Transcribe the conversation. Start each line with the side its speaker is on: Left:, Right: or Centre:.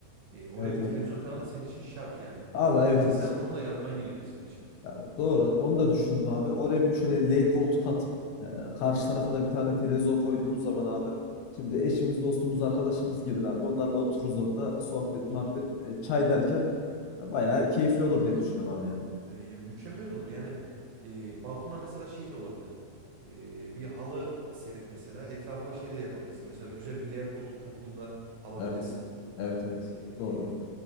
Right: Ee, oraya
Left: Evet
Right: bir
Left: evet.
Right: televizyon falan da senin için şart yani.
Left: Abi
Right: Bir
Left: evet
Right: bilgisayar
Left: evet.
Right: ortamı da yaratman gerekiyor senin için.
Left: Ya doğru. Onu da düşündüm abi. Oraya bir şöyle L koltuk atıp e, karşı tarafa da bir tane televizyon koyduğumuz zaman abi. Şimdi eşimiz, dostumuz, arkadaşımız gelir abi. Onlarla otururuz orada sohbet, muhabbet,
Right: Hı hı.
Left: e, çay derken e, bayağı keyifli olur diye düşünüyorum abi yani.
Right: E, ya mükemmel olur. Yani e, balkona mesela şey de olabilir. E, bir halı serip mesela etrafına şey de yapabilirsin. Mesela güzel bir L koltuk takımını da alabilirsin.
Left: Evet. Evet evet.
Right: E,
Left: Doğru.